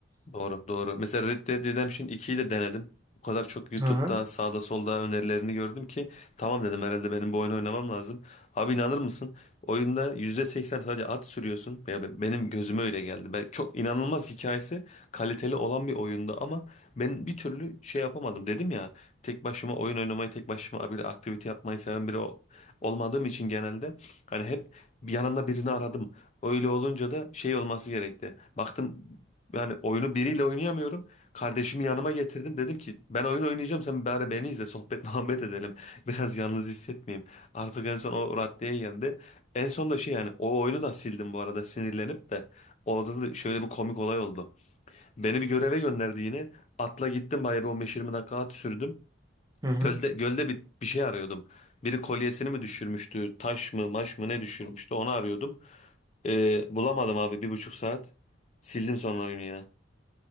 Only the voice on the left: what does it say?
Doğru, doğru. Mesela Red Dead Redemption ikiyi de denedim. O kadar çok YouTube'da
sağda solda önerilerini gördüm ki tamam dedim herhalde benim bu oyunu oynamam lazım. Abi inanır mısın? Oyunda %80 sadece at sürüyorsun. Ya be- benim gözüme öyle geldi. Ben, çok inanılmaz hikayesi kaliteli olan bir oyunda ama ben bir türlü şey yapamadım. Dedim ya tek başıma oyun oynamayı tek başıma bir aktivite yapmayı seven biri ol- olmadığım için genelde hani hep bir yanımda birini aradım. Öyle olunca da şey olması gerekti. Baktım yani oyunu biriyle oynayamıyorum. Kardeşimi yanıma getirdim. Dedim ki ben oyun oynayacağım. Sen bari beni izle. Sohbet <laughs> muhabbet edelim. Biraz yalnız hissetmeyeyim. Artık en son o raddeye geldi. En son da şey yani o oyunu da sildim bu arada sinirlenip de. Orada da şöyle bir komik olay oldu. Beni bir göreve gönderdi yine. Atla gittim bayağı bir 15-20 dakika at sürdüm.
Gölde, gölde bir, bir şey arıyordum. Biri kolyesini mi düşürmüştü? Taş mı maş mı ne düşürmüştü? Onu arıyordum. Ee, bulamadım abi bir buçuk saat. Sildim sonra oyunu ya.